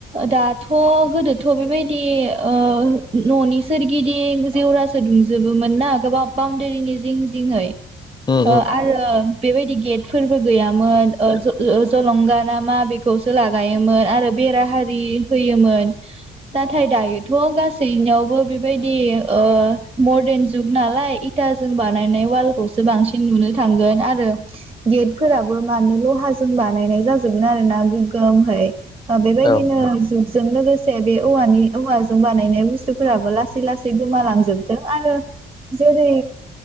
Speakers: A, on the right; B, on the left.
A: दा थ' गोदोथ' बेबायदि ओ न'नि सोरगिदिं जेवरासो दुमजोबोमोन। ना गोबां बाउनडारिनि जिं जिंयै।
B: उम
A: ओ
B: उम
A: आरो बेबायदि गेटफोरबो गैयामोन। ज-ज-जलंगा ना मा बेखौ सो लागायोमोन आरो बेरा हारि होयोमोन। नाथाय दायोथ' गासैनियावबो बेबायदि ओ मडा रन जुग नालाय इटा जों बानायनाय वालखौसो बांसिन नुनो थांगोन आरो‌। गेट फोराबो मानो लहाजों बानायनाय जाजोबगोन आरोना गोगोमहै। ओ बेबायदिनो
B: औ
A: जुग जों लोगोसे बे औवानि औवाजों बानायनाय बुस्थुफोराबो लासै लासै गोमालांजोबदों आरो। जेरै